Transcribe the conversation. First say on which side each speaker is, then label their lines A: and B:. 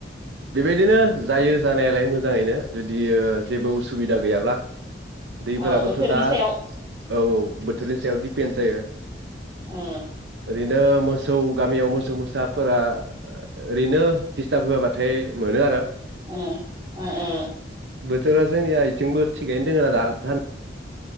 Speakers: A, on the right; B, on the right.
A: बेबायदिनो जायो जानायालाय मोजाङैनो जुदि जेबो उसुबिदा गैयाब्ला। दैफोराबोथ'
B: औ बोथोरनि
A: दा
B: सायाव
A: औ औ बोथोरनि सायाव दि पेन जायो।
B: अ
A: रैनो मोसौ गामियाव मोसौ मोसाफोरा ओरैनो दिस्टार्ब होआबा थाय मोनो आरो।
B: ओ ओ ओ।
A: थोरा जोंनिया इथिंबो थिगैनो दोङोना रा दान